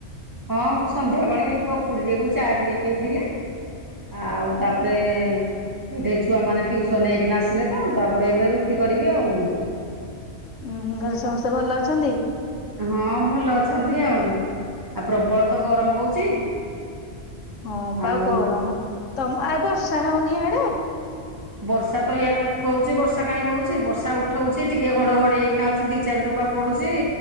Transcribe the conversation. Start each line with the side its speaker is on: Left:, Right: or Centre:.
Right: ହଁ ମୁ ସନ୍ଧ୍ୟାବେଳେ ପକୁଡ଼ି ଟିକେ କୁ ଚା ଟିକେ ପଇଥିଲେ। ଆଉ ତାପରେ ଏଠି ଛୁଆ ମାନେ ଟ୍ୟୁସନ ହେଇକିନା ଆସିଲେ ତ ତାପରେ ଏବେ ରୁଟି କରିବି ଆଉ।
Left: ଉୁଁ ଘରେ ସମସ୍ତେ ଭଲ ଅଛନ୍ତି?
Right: ହଁ ଭଲ ଅଛନ୍ତି ଆଉ। ଆଉ ପ୍ରବଳ ତ ଗରମ ହଉଛି।
Left: ହଁ ପା
Right: ଆଉ
Left: ଗରମ, ତମ ଆ ବର୍ଷା ହଉନି ହେଆଡେ।
Right: ବର୍ଷା ତ ଇଆଡେ ଉଠଉଛି ବର୍ଷା କାହିଁ ହଉଛି? ବର୍ଷା ଉଠଉଛି ଟିକେ, ଘଡଘଡି ହେଇକି ନା ଆଉଛି ଦି ଚାରି ଟୋପା ପଡ଼ୁଛି